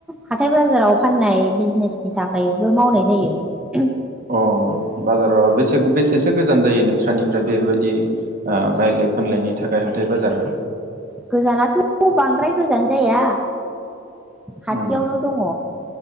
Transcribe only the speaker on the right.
अ बाजाराव बेसे-बेसेसो गोजान जायो नोंस्रानिफ्राय बेबायदि ओ बायलाय फानलायनि थाखाय हाथाय बाजारा?
उम